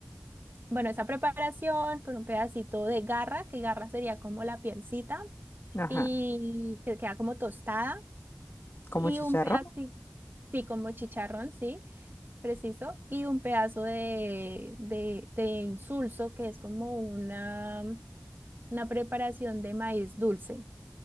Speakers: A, on the right; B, on the left.
A: bueno, esa preparación con un pedacito de garra, que garra sería como la pielcita
B: Ajá.
A: y que queda como tostada
B: Como
A: y
B: chicharrón.
A: un pedacito, sí, como chicharrón, sí, preciso, y un pedazo de, de, de insulso que es como una, una preparación de maíz dulce.